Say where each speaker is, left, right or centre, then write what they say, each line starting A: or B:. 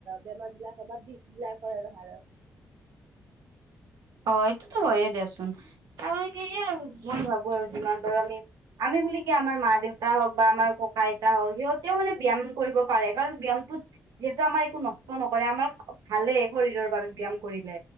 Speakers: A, on the right; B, on the right.
A: বেমাৰ বিলাক হয় বা বিষ বিলাক হয় আৰু হাড়ত।
B: অ এইটোতো হয়ে দেচোন, তই- সে আৰু মই ভাবো আৰু যিমান পাৰো আমি আমি বুলি- আমাৰ মা দেউতা হওক বা আমাৰ ককা আইতা হওক সিহঁতেও মানে ব্যায়াম কৰিব পাৰে কাৰণ ব্যায়ামটোত- যিহেতু আমাৰ একো নষ্ট নকৰে আমাৰ ভালেই শৰীৰৰ বাবে ব্যায়াম কৰিলে